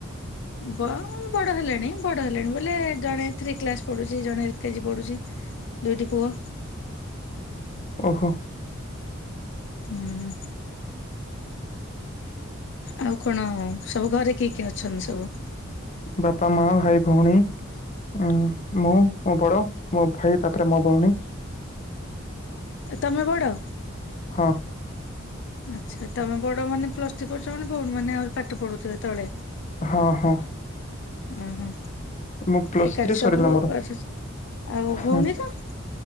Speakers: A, on the left; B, on the left.
A: ବ- ବଡ଼ ହେଲେଣି ବଡ଼ ହେଲେଣି ବୋଲେ ଜଣେ ଥ୍ରୀ କ୍ଲାସ୍ ପଢୁଚି ଜଣେ ଏଲ୍ କେଜି ପଢୁଚି। ଦୁଇଟି ପୁଅ।
B: ଓହୋ।
A: ହୁଁ। ଆଉ କଣ ସବୁ ଘରେ କିଏ କିଏ ଅଛନ୍ତି ସବୁ?
B: ବାପା ମା ଭାଇ ଭଉଣୀ। ଉଁ ମୁଁ ମୋ ବଡ଼ ମୋ ଭାଇ ତାପରେ ମୋ ଭଉଣୀ
A: ତମେ ବଡ?
B: ହଁ।
A: ଆଚ୍ଛା ତମେ ବଡ ମାନେ ପ୍ଲସ ଟୁ ପଢୁଚ ମାନେ ଭଉଣୀ ମାନେ ଆହୁରି ପାଠ ପଢୁଥିଲେ ତଳେ
B: ହଁ ହଁ।
A: ଉଁ ହୁଁ।
B: ମୋ ପ୍ଲସ୍
A: ଏକାଠି
B: ଥ୍ରୀ
A: ସବୁ
B: ସରିଲା ମୋର
A: ଆସୁଛି ଆଉ ଭଉଣୀ
B: ହୁଁ
A: ର?